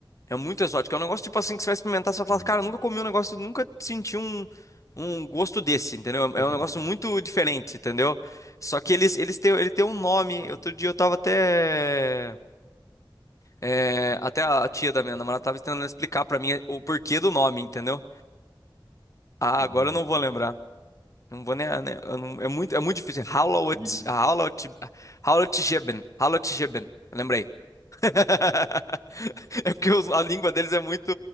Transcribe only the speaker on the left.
É muito exótico. É um negócio tipo assim que você vai experimentar, você vai
falar, cara, eu nunca comi um negócio, nunca senti um, um gosto desse, entendeu? É
é um negócio muito diferente, entendeu? Só que eles, eles têm, ele tem um nome.
Outro dia eu tava até. é, até a tia da minha namorada tava tentando explicar pra mim o porquê do nome, entendeu? Ah,
agora eu não vou lembrar. Não vou nem. né, eu não- é muito, é muito difícil. Hallowed,
Hallowed, Hallowed Geben. Hallowed Geben. Lembrei. <laughs> É porque os- a língua deles é muito